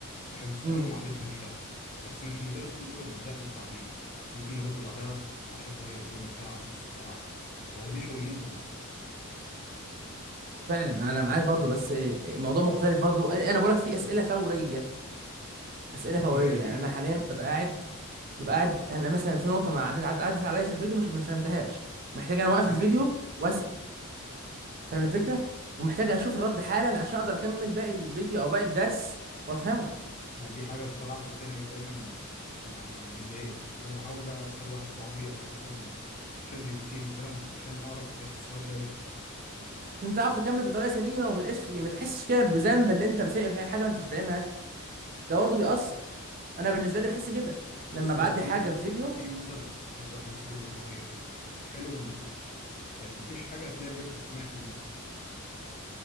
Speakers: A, on the left; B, on the right.
A: عشان تسالهم
B: امم
A: على اللي انت مش فاهمه بس مش المدرس اللي بيرد لا المساعدين ممكن يردوا بعدها 10 دقائق ربع ساعه نص ساعه وهو دي شغلانتهم اصلا
B: فعلا انا معاك برضو بس إيه، إيه، موضوع مختلف برضو انا أنا بقولك في اسئله فوريه اسئله
A: الفوريه
B: فوريه
A: دي
B: يعني انا
A: لا
B: حاليا ببقى قاعد ببقى قاعد انا مثلا في نقطه ما عدت عدت عدت عليا في الفيديو مش ما فهمتهاش محتاج انا اوقف
A: ماشي
B: الفيديو واسال فاهم الفكره ومحتاج اشوف الرد حالا عشان اقدر اكمل باقي الفيديو او باقي الدرس وافهمه
A: يعني دي حاجه بصراحه كنت انا إيه دايما يعني بتضايقني كنت أنا بحاول بقى اسال واحد صاحبي او اسال شات جي بي تي مثلا علشان اعرف اجابه السؤال ده ايه،
B: عشان تعرف تكمل بطريقه سليمه وما تبقاش في ما تحسش كده بذنب اللي انت بسيء في حاجه ما انتش فاهمها ده برضه بيأثر انا بالنسبه لي بحس كده لما
A: بص
B: بعدي
A: هو في
B: حاجه في فيديو
A: في مثل مثل مصري بيقول لك ايه الحلو ما بيكملش يعني مفيش حاجه هتلاقي بيرفكت 100%